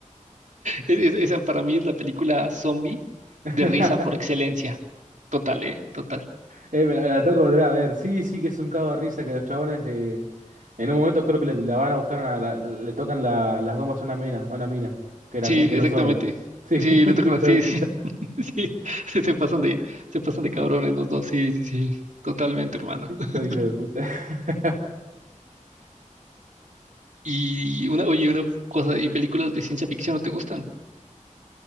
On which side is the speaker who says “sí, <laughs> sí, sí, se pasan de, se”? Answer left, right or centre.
Right